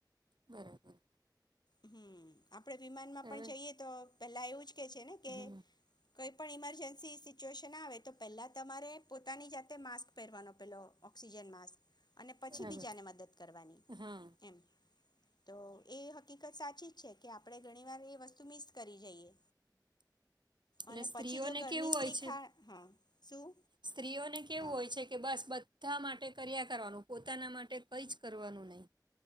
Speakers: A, on the right (about 85°); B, on the left (about 70°).
A: બરાબર.
B: હમ્મ. આપણે વિમાનમાં
A: હવે
B: પણ જઈએ તો પહેલાં એવું જ છે ને કે
A: હમ
B: કઈ પણ ઈમરજન્સી સિચ્યુએશન આવે તો પેલા તમારે પોતાની જાતે માસ્ક પહેરવાનો પેલો ઓક્સિજન માસ્ક અને પછી
A: બરાબર
B: બીજાને મદદ કરવાની
A: હા
B: એમ તો એ હકીકત સાચી જ છે કે આપડણે ઘણી વાર એ વસ્તુ મિસ કરી જઈએ.
A: એટલે
B: અને
A: સ્ત્રીઓને
B: પછી જો ઘરની
A: કેવું
B: સ્ત્રી
A: હોય છે,
B: ખા હા શું
A: સ્ત્રીઓને કેવું
B: હા
A: હોય છે કે બસ બધા માટે કર્યા કરવાનું પોતાના માટે કઈ જ કરવાનું નહી.